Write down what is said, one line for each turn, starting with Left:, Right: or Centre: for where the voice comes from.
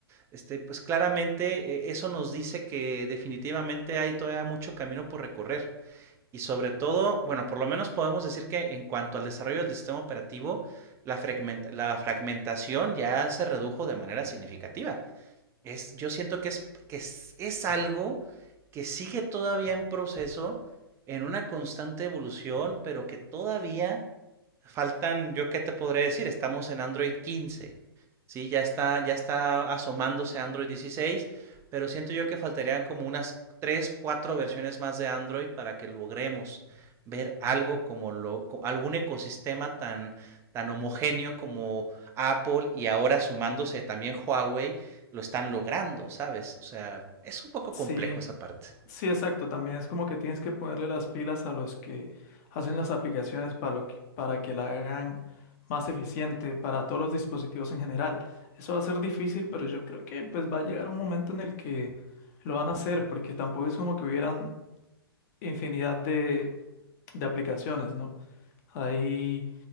Right: este, pues claramente eh, eso nos dice que definitivamente hay todavía mucho camino por recorrer. Y sobre todo, bueno, por lo menos podemos decir que en cuanto al desarrollo del sistema operativo, la, fragmenta- la fragmentación ya se redujo de manera significativa. Es, yo siento que, es, que es, es algo que sigue todavía en proceso, en una constante evolución, pero que todavía faltan, yo qué te podré decir, estamos en Android 15. Sí, ya está, ya está asomándose Android 16, pero siento yo que faltarían como unas 3 4 versiones más de Android para que logremos ver algo como lo, algún ecosistema tan, tan homogéneo como Apple y ahora sumándose también Huawei, lo están logrando, ¿sabes? O sea, es un poco
Left: Sí,
Right: complejo esa parte.
Left: sí, exacto. También es como que tienes que ponerle las pilas a los que hacen las aplicaciones para, lo que- para que la hagan más eficiente para todos los dispositivos en general. Eso va a ser difícil, pero yo creo que pues va a llegar un momento en el que lo van a hacer, porque tampoco es como que hubieran infinidad de, de aplicaciones, ¿no? Hay,